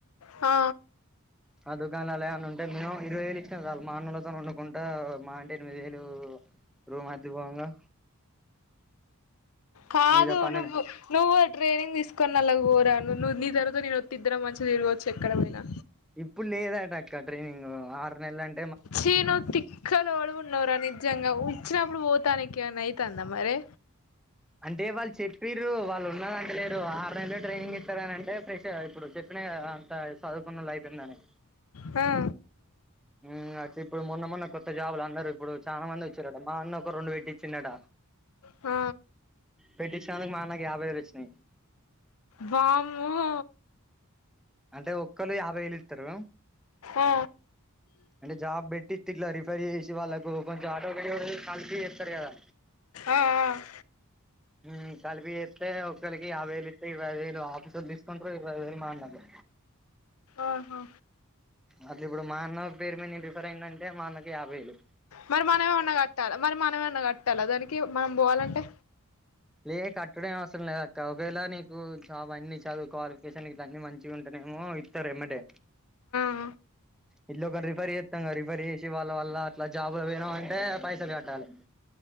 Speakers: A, on the left (about 75°); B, in the centre.
A: హా
B: ఆ దుకాణాలలో ఏవన్న ఉంటే మినిమం ఇరవై వేలు ఇచ్చినా చాలు మా అన్నలతో వండుకుంటా మహా అంటే ఎనిమిది వేలు రూమ్ అద్దె పోంగా
A: కాదు
B: మీద పన్నెండు
A: నువ్వు నువ్వు ఆ ట్రైనింగ్ తీసుకొని నల్లకు పోరా నువ్వు నీ తరువాత నేను వత్తే ఇద్దరం మంచిగా తిరగవచ్చు ఎక్కడపోయినా
B: ఇప్పుడు లేదు అట అక్క ట్రైనింగు ఆరు నెలం
A: ఛీ నువ్వు తిక్కలోడువున్నవురా నిజంగా వచ్చినప్పుడు పోతానికి ఎమన్నా అయితాందా మరి
B: అంటే వాళ్ళు చెప్పి ర్రు వాళ్ళు ఉన్నదంటలేరు ఆర్ నెల్లు ట్రైనింగ్ ఇత్తరనంటే ఫ్రెష్ అ ఇప్పుడు చెప్పిన గదా చ చదువుకున్నోళ్లై అయిపోయిందని
A: హా
B: ఉమ్మ్ ఐతే ఇప్పుడు మొన్న మొన్న కొత్త జాబులందరు ఇప్పుడు చానా మందొచ్చిరట మా అన్న ఒక రెండు వెట్టిచ్చిండట
A: ఆ
B: పెట్టించినందుకు మా అన్నకి యాభై వేలు వచ్చినాయి
A: వామ్మో
B: అంటే ఒక్కళ్ళు యాభై ఏలు ఇత్తరు
A: ఆ
B: అంటే జాబ్ పెట్టి తిల్లా రిఫర్ చేసి వాళ్ళకు కొంచెం ఆటోమేటిగ్గా కలిసి చేత్తరు కదా
A: ఆ అ
B: ఉమ్ కలిపి జేత్తే ఒక్కళికి యాబై వేలిత్తే ఇరవైఐదు వేలు ఆఫీసోళ్ళు దీసుకుంటరు ఇరవై వేలు మా అన్నది
A: ఆహా
B: అట్ల ఇప్పుడు మా అన్నోళ్ళ పేరు మీద నేను రిఫర్ అయిదంటే మా అన్నకి యాభై ఏలు
A: మరి మనం ఏమన్న కట్టాల మరి మనం ఏమన్న కట్టాల దానికి మనం పోవాలంటే
B: లే కట్టుడే అవసరం లేదు అక్క ఒకవేళ నీకు జాబ్ అన్ని చదువుకోవాలి క్వాలిఫికేషన్ ఇదన్నీ మంచిగ ఉంటానేమో త్తరు ఎమ్మటే
A: అ
B: ఇట్లు ఒకర్ని రిఫర్ చేత్తామ్ గా రిఫర్ చేసి వాళ్ళ వల్ల అట్లా జాబు పోయినామంటే పైసలు కట్టాలి